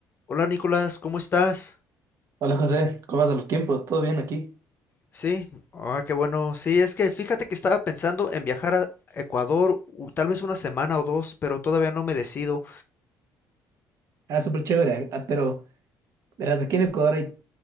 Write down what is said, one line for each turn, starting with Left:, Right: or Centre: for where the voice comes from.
Left: Hola Nicolás, ¿cómo estás?
Right: Hola José, ¿cómo vas a los tiempos? ¿Todo bien aquí?
Left: Sí, ah, qué bueno. Sí, es que fíjate que estaba pensando en viajar a Ecuador u- tal vez una semana o dos, pero todavía no me decido.
Right: Ah, súper chévere, ah, pero verás, aquí en Ecuador hay